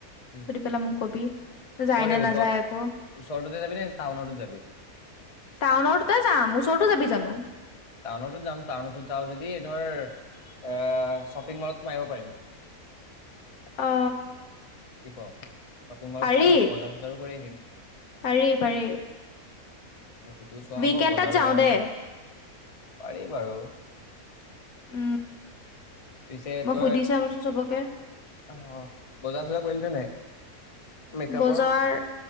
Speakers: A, on the left; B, on the left.
A: উম,
B: সুধি পেলাই মোক কবি যায়
A: কৰে
B: নে নাযায়
A: ওচৰ
B: আকৌ
A: ওচৰটোতে যাবি নে টাউনতো যাবি
B: টাউনত তাতে যাম। ওচৰতো যাবি জানো?
A: টাউনতো যাম, টাউনতো যাওঁ যদি ধৰ এ শ্বপিং মলত সোমাব পাৰিম।
B: অ
A: কি ক শ্বপিং মলত
B: পাৰি
A: সোমাই অলপ বজাৰ চজাৰো কৰি আহিম।
B: পাৰি পাৰি
A: ম সিটোও চোৱা
B: উইকেণ্ডত
A: হ'ব, বজাৰো
B: যাওঁ
A: কৰা হ'ব।
B: দে
A: পাৰি বাৰু।
B: উম
A: পিছে
B: মই
A: তই
B: সুধি চাম চোন চবকে।
A: অ বজাৰ চজাৰ কৰিলে নে নাই? মেকআপৰ
B: বজাৰ